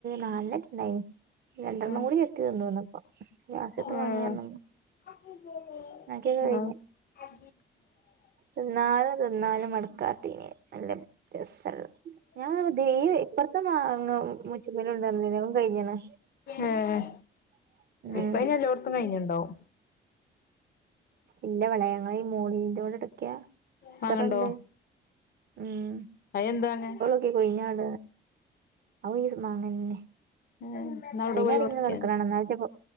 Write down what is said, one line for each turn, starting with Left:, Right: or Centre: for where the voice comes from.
Right: നാലെണ്ണെറ്റ് ഇണ്ടായ്നി രണ്ടെണ്ണം
Left: ഉം
Right: കൂടി ചെത്തി തിന്നു വന്നപ്പം ലാസ്‌റ്റ്ത്തെ
Left: ഉം
Right: മാങ്ങ ഞാൻ തിന്നു
Left: <unintelligible>
Right: ബാക്കിയൊക്കെ
Left: ഏഹ്
Right: കഴിഞ്ഞ്‌ തിന്നാലും തിന്നാലും മട്ക്കാത്തേനെ നല്ല രസള്ള ഞാനൊക്കെ ഡെയിലി ഇപ്പർത്തെ മാങ്ങ മുച്ചിമ്മേലും ഇണ്ടർന്നീല്ലേ അതും കഴ്ഞ്ഞ്‌ണ്.
Left: ഏഹ്
Right: ഉം
Left: ഇപ്പയ്ന് എല്ലോട്ത്തും കയിഞ്ഞ്‌ണ്ടാവും.
Right: ഇല്ലവളെ ഞങ്ങളെ ഈ മോളിന്റോടട്ക്ക്യാ എത്രണ്ട്
Left: വാങ്ങണ്ടോ
Right: ഉം
Left: അയന്ത്‌ മാങ്ങേ?
Right: ക്കെ കൊയ്ഞാടാണ്. അതും ഈ മാങ്ങന്നെ
Left: ഏഹ് ന്നാ അവിടെ
Right: കൊയ്ഞാടി
Left: പോയി പറിക്കിയാതി
Right: ഇങ്ങനെ കടക്ക്ണാണ ഇന്നാളറ്റെ പൊ